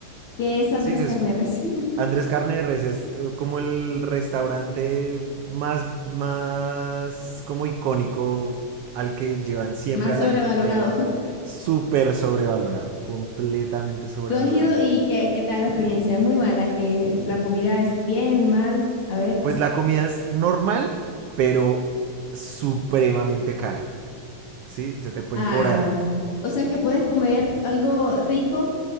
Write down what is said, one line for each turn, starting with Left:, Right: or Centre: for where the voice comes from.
Left: ¿Qué es Andrés
Right: Sí, es
Left: Carneres?
Right: co-
Left: <laughs>
Right: Andrés Carneres es eh, como el restaurante más, más como icónico al que llevan siempre
Left: Más
Right: a
Left: sobrevalorado.
Right: la gente que ve. Súper sobrevalorado, completamente sobrevalorado.
Left: ¿Tú has ido y qué, qué tal la experiencia? Es muy mala, que la comida es bien, mal, a ver.
Right: Pues la comida es normal, pero supremamente cara. ¿Sí? Se te pueden
Left: Ah,
Right: cobrar.
Left: o sea, que puedes comer algo rico